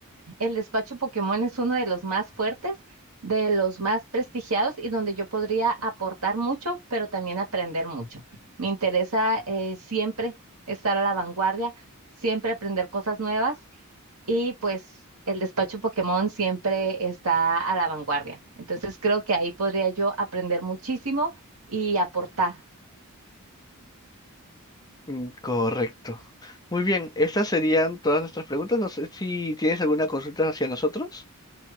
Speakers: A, on the right; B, on the left.
A: El despacho Pokémon es uno de los más fuertes, de los más prestigiados y donde yo podría aportar mucho, pero también aprender mucho. Me interesa eh, siempre estar a la vanguardia, siempre aprender cosas nuevas y pues el despacho Pokémon siempre está a la vanguardia. Entonces creo que ahí podría yo aprender muchísimo y aportar.
B: Mm, Correcto. Muy bien, estas serían todas nuestras preguntas. No sé si tienes alguna consulta hacia nosotros.